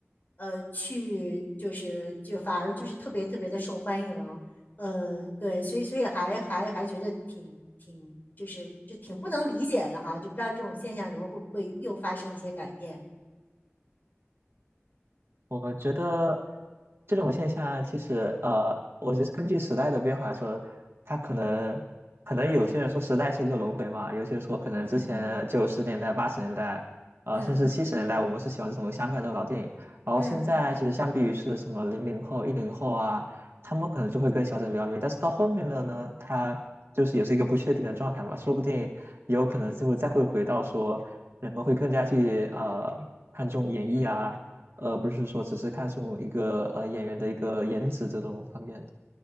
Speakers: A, on the left; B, on the right.
A: 呃，去就是就反而就是特别特别的受欢迎，呃，对，所以所以还还还觉得挺挺就是就挺不能理解的哈，就不知道这种现象以后会不会又发生一些改变。
B: 我觉得这种现象其实，呃，我觉得根据时代的变化来说，它可能可能有些人说时代是个轮回嘛，有些人说可能之前九十年代、
A: 嗯。
B: 八十年代，呃，
A: 嗯
B: 甚至七十年代，我们是喜欢这种香港这种老电影，然后现在其实相比于是什么零零后、
A: 嗯。
B: 一零后啊，他们可能就会更小众比较迷，但是到后面的呢，他就是也是一个不确定的状态嘛，说不定也有可能就会再会回到说人们会更加去呃看重演绎啊。呃，不是说只是看重一个呃演员的一个颜值这种方面的